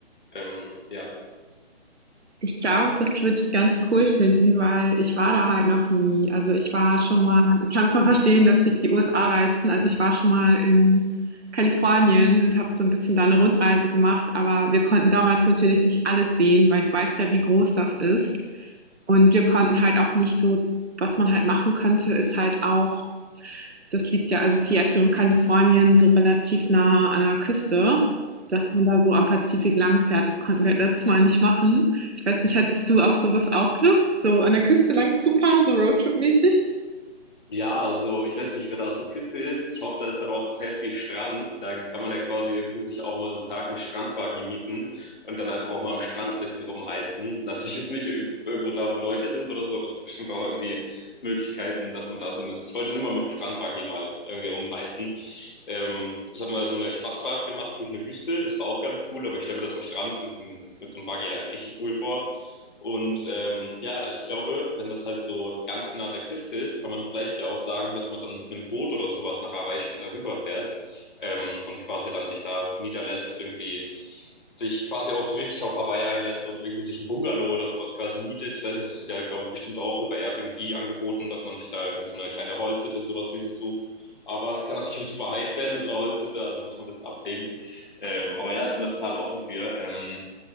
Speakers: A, on the left (about 45°); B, on the right (about 65°).
A: Ähm, ja,
B: Ich glaube, das würde ich ganz cool finden, weil ich war da halt noch nie. Also ich war schon mal, ich kann voll verstehen, dass sich die USA reizen. Also ich war schon mal in Kalifornien und habe so ein bisschen da eine Rundreise gemacht, aber wir konnten damals natürlich nicht alles sehen, weil du weißt ja, wie groß das ist. Und wir konnten halt auch nicht so, was man halt machen könnte, ist halt auch das liegt ja, also Seattle und Kalifornien so relativ nah an der Küste, dass man da so am Pazifik lang fährt. Das konnten wir letztes Mal nicht machen. Ich weiß nicht, hattest du auf sowas auch Lust, so an der Küste lang zu fahren, so Roadtrip-mäßig?
A: Ja, also ich weiß nicht, wenn da so eine Küste ist, ich hoffe, da ist dann auch sehr viel Strand. Dann kann man ja quasi irgendwie sich auch mal so einen Tag einen Strandbuggy mieten und dann einfach auch mal am Strand ein bisschen rumheizen. Natürlich jetzt nicht irg- irgendwo da, wo Leute sind oder so, aber es gibt bestimmt auch irgendwie Möglichkeiten, dass man da so mit, ich wollte schon immer mit einem Strandbuggy mal irgendwie rumheizen. Ähm, ich habe mal so eine Quadfahrt gemacht durch eine Wüste, das war auch ganz cool, aber ich stelle mir das am Strand mit, einem, mit so einem Buggy halt richtig cool vor. Und ähm, ja, ich glaube, wenn das halt so ganz nah an der Küste ist, kann man vielleicht ja auch sagen, dass man dann mit einem Boot oder sowas nach Hawaii später rüberfährt ähm, und quasi dann sich da niederlässt, irgendwie sich quasi auch so richtig auf Hawaii einlässt und irgendwie sich ein Bungalow oder sowas quasi mietet. Ich weiß nicht, das wird ja, glaube ich, bestimmt auch über Airbnb angeboten, dass man sich da irgendwie so eine kleine Holzhütte, sowas Süßes sucht. Aber es kann natürlich auch super heiß werden in so einer Holzhütte, also muss man ein bisschen abwägen. Ähm, aber ja, ich bin da total offen für. Ähm,